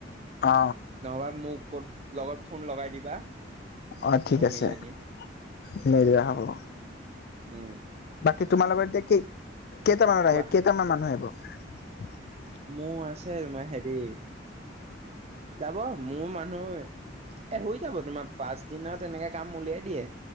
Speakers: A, on the left; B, on the right.
A: অ
B: নহবা মোক ক'ত লগত ফোন লগাই দিবা।
A: অ ঠিক
B: মই
A: আছে
B: মিলাই
A: মেৰিয়া
B: দিম।
A: হ'ব।
B: উম,
A: বাকী তোমালোকৰ এতিয়া কি কেইটামানত
B: কোৱা
A: আহিব কেইটামান মানুহ আহিব? <unintelligible>
B: মোৰ আছে তোমাৰ হেৰি যাব মোৰ মানুহ এ হৈ যাব তোমাৰ পাছ দিনা তেনেকে কাম উলিয়াই দিয়ে।